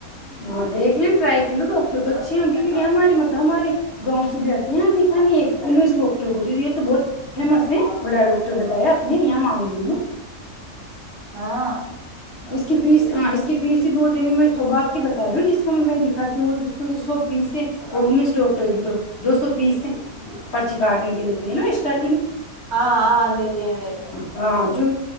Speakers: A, on the left (about 50°); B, on the right (about 70°).
A: ہاں دیکھ لیں ٹرائی کر لو ڈاکٹر تو اچھے ہوں گی کیونکہ ہمارے مطلب ہمارے گاؤں سے بھی آتی ہیں آتی خانی امیش ڈاکٹر کو تھی یہ تو بہت فیمس ہے بڑا ڈاکٹر بتایا آپ نے یہاں مانگور میں
B: ہاں
A: اس کی پیس ہاں اس کی پیس ہی بہت ہےبھی میں سوبا کی بتا رہی ہوں ج اس کو میں میں دکھاتی ہوں وہ اس کو سو پیس اور ا ڈاکٹر کی تو دو سو فیس ہے پرچی کاٹنے کے لیتے ہیں نا اسٹر
B: ہاں ہ ال ل ت رہے
A: ہاں جو